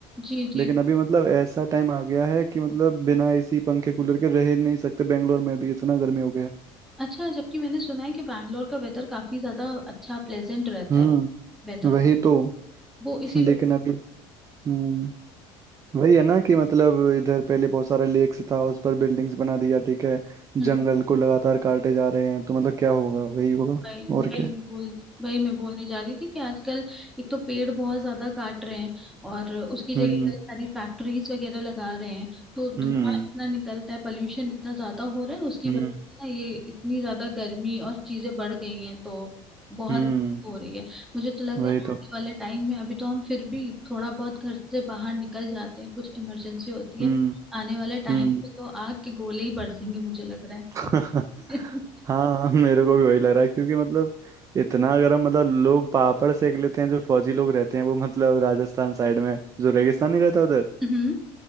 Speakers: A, in the centre; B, on the right.
A: जी जी
B: लेकिन अभी मतलब ऐसा टाइम आ गया है कि मतलब बिना एसी पंखे कूलर के रह ही नहीं सकते बेंगलोर में भी इतना गर्मी हो गया है।
A: अच्छा जबकि मैंने सुना है कि बैंगलोर का वेदर काफी ज्यादा अच्छा प्लेजेंट रहता
B: हम्म
A: है वेदर
B: वही तो
A: वो
B: <laughs>
A: इसी
B: लेकिन
A: वजह
B: अभी हम्म वही है ना कि मतलब इधर पहले बहुत सारा लेक्स था उस पर बिल्डिंग्स बना दिया ठीक है जंगल
A: जी
B: को लगातार काटे जा रहे हैं तो मतलब क्या होगा वही होगा
A: वही
B: और
A: वही
B: क्या
A: मैं बोल वही मैं बोलने जा रही थी कि आजकल एक तो पेड़ बहुत ज्यादा काट रहे हैं और उसकी जगह
B: हम्म
A: कई सारी फैक्ट्रीज वगैरह लगा रहे हैं तो
B: हम्म
A: धुआं इतना निकलता है पोल्यूशन इतना ज्यादा हो रहा है उसकी
B: हम्म
A: वजह से ना ये इतनी ज्यादा गर्मी और चीजें बढ़ गई हैं तो बहुत
B: हम्म
A: हो रही है मुझे तो लग
B: वही
A: रहा है आने
B: तो
A: वाले टाइम में अभी तो हम फिर भी थोड़ा बहुत घर से बाहर निकल जाते हैं कुछ इमरजेंसी होती
B: हम्म
A: है आने वाले टाइम
B: हम्म
A: पे तो आग के गोले ही बरसेंगे मुझे लग रहा
B: <laughs>
A: है <laughs>
B: हाँ मेरे को भी वही लग रहा है क्योंि मतलब इतना अगर हम मतलब लोग पापड़ सेक लेते हैं जो फौजी लोग रहते हैं वो मतलब राजस्थान साइड में जो रेगिस्तान नहीं रहता उधर
A: हम्म